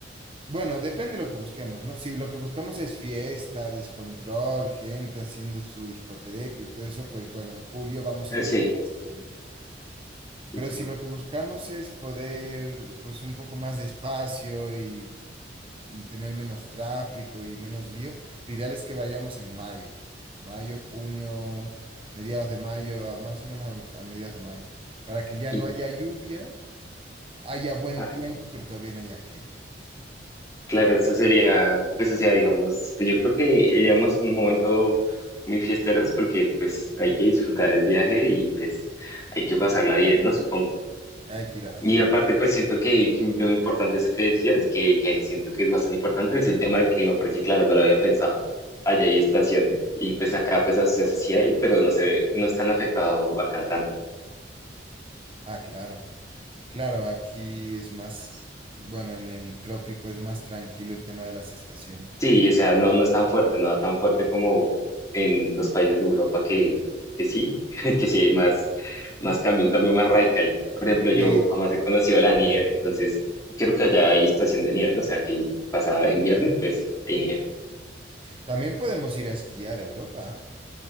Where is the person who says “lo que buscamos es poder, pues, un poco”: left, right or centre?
Right